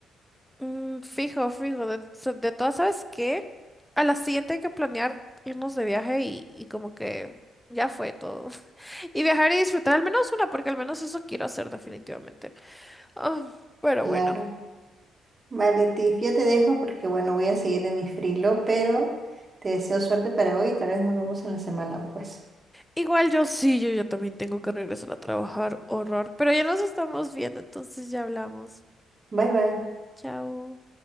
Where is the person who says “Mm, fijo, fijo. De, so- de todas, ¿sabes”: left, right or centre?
Centre